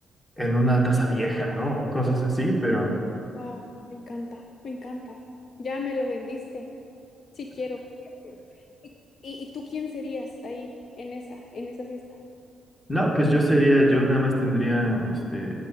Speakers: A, on the left; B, on the left.
A: en una taza vieja, ¿no? O cosas así, pero
B: wow. Me encanta, me encanta. Ya me lo vendiste. Sí quiero. ¿Y, y- y tú quién serías ahí en esa, en esa fiesta?
A: no, pues yo sería, yo nada más tendría, este,